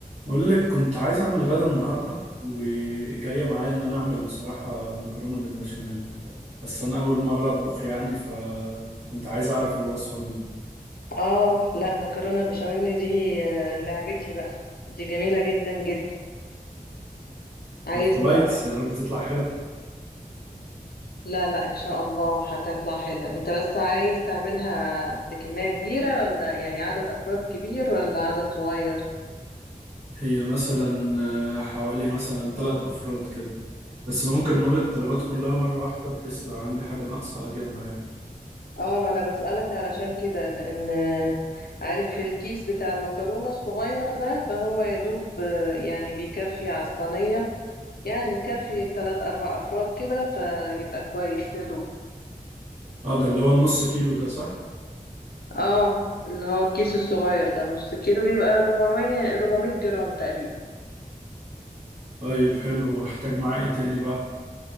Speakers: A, on the right; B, on the left.
A: أقول لك كنت عايز أعمل غدا النهاردة وجاية معايا إن أنا أعمل بصراحة مكرونة بالبشاميل بس أنا أول مرة أطبخ يعني فكنت عايز أعرف الوصفة منك
B: اه لا مكرونه بشاميل دي آه، لعبتي بقى دي جميله جدا جدا عايز
A: طب كويس
B: ت...
A: يا رب تطلع حلو
B: لا لا ان شاء الله هتطلع حلوه انت بس عايز تعملها لكميه كبيره ولا يعني عدد افراد كبير ولا عدد صغير
A: هي مثلا آه، حوالي مثلا ثلاث أفراد كده بس ممكن نقول الطلبات كلها مرة واحدة بحيث لو عندي حاجة ناقصة أجيبها يعني
B: اه ما انا بسألك علشان كده لان آه، عارف الكيس بتاع المكرونة الصغير ده فهو يا دوب آه، يعني بيكفي على الصينية يعني كافي تلات اربع افراد كده فيبقى كويس يا دوب
A: أه ده اللي هو النص كيلو ده صح؟
B: اه اللي هو الكيس الصغير ده النص كيلو بيبقى 400 400 جرام تقريبا
A: طيب حلو وهحتاج معاه إيه تاني بقى؟